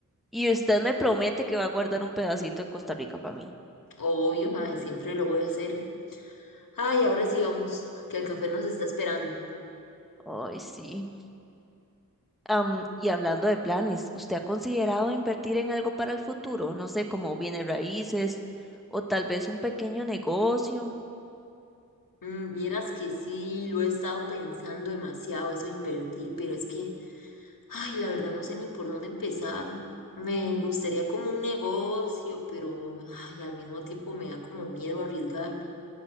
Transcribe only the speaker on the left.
Obvio, mae, siempre lo voy a hacer. Ay, ahora sí vamos, que el café nos está esperando.
Mm, vieras que sí, lo he estado pensando demasiado, eso de invertir, pero es que, ay, la verdad no sé ni por dónde empezar. Me gustaría como un negocio, pero, ay, al mismo tiempo me da como miedo arriesgarme.